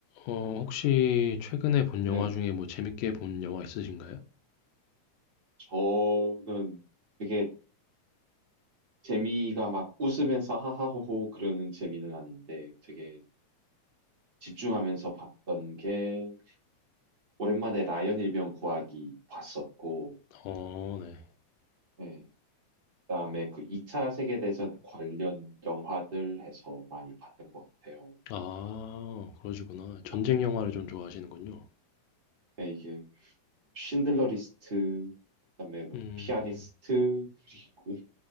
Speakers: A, on the left; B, on the right.
A: 어 혹시
B: 네.
A: 최근에 본
B: 네.
A: 영화 중에 뭐 재밌게 본 영화 있으신가요?
B: 저는 되게 재미가 막 웃으면서 하하호호 그러는 재미는 아닌데 되게 집중하면서 봤던 게 오랜만에 라이언 일병 구하기 봤었고,
A: 어 네.
B: 네. 그다음에 그 2차 세계대전 관련 영화들 해서 많이 봤던 것 같아요.
A: 아 그러시구나.
B: 네.
A: 전쟁
B: 막
A: 영화를 좀 좋아하시는군요.
B: 네, 이게 신들러 리스트, 그다음에 뭐
A: 음.
B: 피아니스트,
A: 음.
B: 그리고